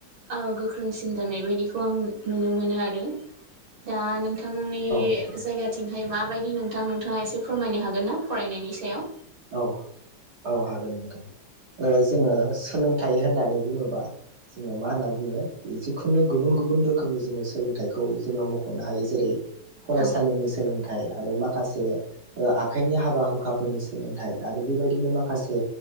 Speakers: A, on the right; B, on the right.
A: ओ गोख्रोंसिन जानाय बायदिखौ आं नुनो मोनो आरो दा नों थांनि
B: नोंथां
A: जायगाथिंहाय माबायदि नोंथां नोंथाङा एसे फोरमायनो हागोन ना फरायनायनि सायाव।
B: औ औ हागोन नोंथां। ओ जोङो सोलों थाय होननानै बुङोबा जोङो मा होनना बुङो जिखुनु गुबुन गुबुन रोखोमनि जोङो सोलोंथाइखौ जोङो मख'नो हायो जेरै फरायसालिनि
A: औ
B: सोलोंथाइ आरो माखासे आखाइनि हाबा हुखाफोरनि सोलोंथाय, आरो बेबायदिनो माखासे